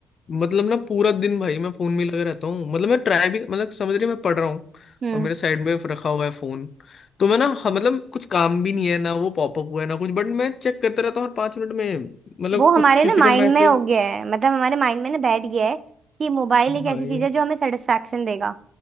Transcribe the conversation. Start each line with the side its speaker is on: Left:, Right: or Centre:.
Left: मतलब ना पूरा दिन भाई मैं फोन में ही लगा रहता हूँ मतलब मैं ट्राई भी मतलब समझ रही है मैं पढ़ रहा हूँ
Right: हम्म
Left: और मेरे साइड में रखा हुआ है फोन तो मैं ना हाँ, मतलब कुछ काम भी नहीं है ना वो पॉपअप हुआ है ना कुछ बट मैं चेक करता रहता हूँ हर पांच मिनट में मतलब
Right: वो
Left: कुछ
Right: हमारे
Left: किसी
Right: ना माइंड
Left: का मैसेज
Right: में हो गया है मतलब हमारे माइंड में ना बैठ गया है कि मोबाइल एक
Left: भाई
Right: ऐसी चीज है जो हमें सेटिस्फेक्शन देगा